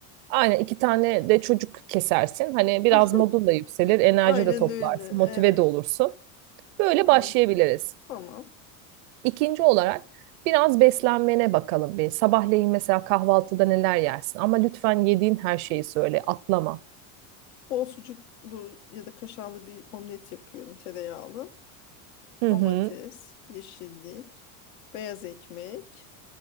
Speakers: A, on the right; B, on the left.
A: Aynen iki tane de çocuk kesersin. Hani biraz
B: <laughs>
A: modun da yükselir, enerji
B: Aynen
A: de toplarsın,
B: öyle.
A: motive
B: Evet.
A: de olursun. Böyle başlayabiliriz.
B: Ay, tamam.
A: İkinci olarak biraz beslenmene bakalım bir. Sabahleyin mesela kahvaltıda neler yersin? Ama lütfen yediğin her şeyi söyle, atlama.
B: Bol sucuklu ya da kaşarlı bir omlet yapıyorum tereyağlı.
A: Hı
B: Domates,
A: hı.
B: yeşillik, beyaz ekmek.